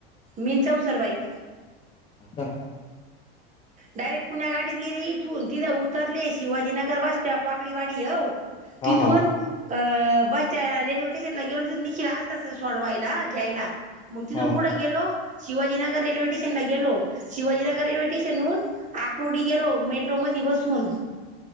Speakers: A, on the right; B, on the left.
A: मिन चैसर बाई.
B: हा का?
A: डायरेक्ट पुण्या गाडीत गेले इथून तिथं उतरले शिवाजीनगर बस स्टॉप वाकडी वाडी हव.
B: हां,
A: तिथून
B: हां.
A: अ बस स्ट रेल्वे स्टेशनला गेलो निखील आलथा सोडवायला घ्यायला. मग तिथून
B: हां,
A: कुठं गेलो शिवाजीनगर रेल्वे स्टेशन ला गेलो शिवाजीनगर रेल्वे स्टेशनहून आक्रोडी गेरो मेट्रो मधी बसून